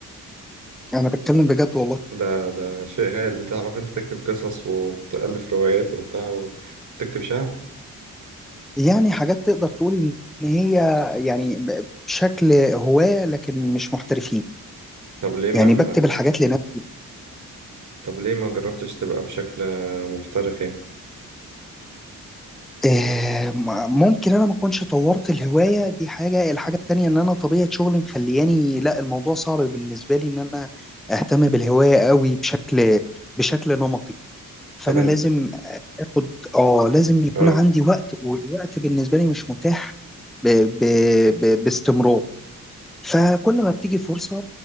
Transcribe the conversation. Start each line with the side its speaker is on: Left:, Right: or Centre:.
Centre: انا بتكلم بجد والله
Right: ده ده شيء هايل بتعرف انت تكتب قصص وبتألف روايات وبتاع وتكتب شعر؟
Centre: يعني حاجات تقدر تقول ان هي يعني ب- بشكل هواة لكن مش محترفين
Right: طب ليه ما
Centre: يعني بكتب الحاجات لنفسي
Right: طب ليه ما جربتش تبقى بشكل محترف يعني؟
Centre: آه، م- ممكن انا ما اكونش طورت الهوايه دي حاجه الحاجه التانيه ان انا طبيعه شغلي مخلياني لا الموضوع صعب بالنسبه لي ان انا اهتم بالهوايه قوي بشكل بشكل نمطي فانا
Right: طب انت
Centre: لازم اخد اه لازم يكون
Right: اه
Centre: عندي وقت والوقت بالنسبه لي مش متاح ب... ب... ب... باستمرار فكل ما بتيجي فرصه